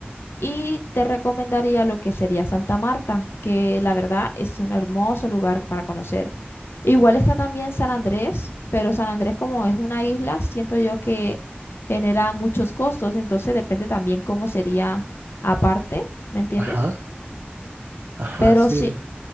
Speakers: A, on the left; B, on the right.
A: Y te recomendaría lo que sería Santa Marta, que la verdad es un hermoso lugar para conocer. Igual está también San Andrés, pero San Andrés como es una isla, siento yo que genera muchos costos, entonces depende también cómo sería aparte, ¿me entiendes?
B: Ajá, ajá,
A: Pero
B: sí.
A: sí,